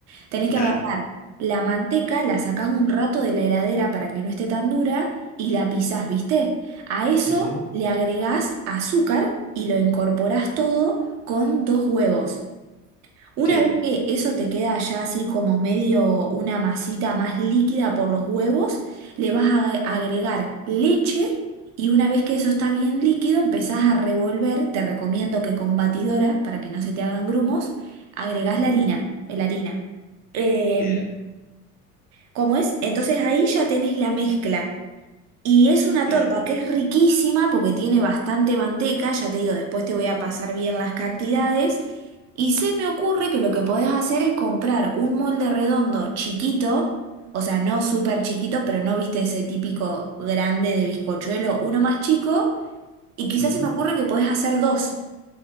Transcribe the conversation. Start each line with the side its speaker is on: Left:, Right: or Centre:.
Right: Tenés
Left: dale.
Right: que agarrar la manteca, la sacás un rato de la heladera para que no esté tan dura y la pisás, ¿viste? A eso
Left: Ujú,
Right: le agregás azúcar y lo incorporás todo con dos huevos. Una
Left: Sí.
Right: vez que eso te queda ya así como medio una masita más líquida por los huevos, le vas a ag- agregar leche y una vez que eso está bien líquido empezás a revolver, te recomiendo que con batidora para que no se te hagan grumos, agregás la
Left: Mm,
Right: harina, la harina. Eh,
Left: Bien,
Right: ¿cómo es? Entonces ahí ya tenés la mezcla. Y es una
Left: bien.
Right: torta que es riquísima porque tiene bastante manteca, ya te digo, después te voy a pasar bien las cantidades. Y se me ocurre que lo que podés hacer es comprar un molde redondo chiquito, o sea, no súper chiquito, pero no viste ese típico grande de bizcochuelo, uno más chico. Y quizás
Left: Ujú.
Right: se me ocurre que podés hacer dos.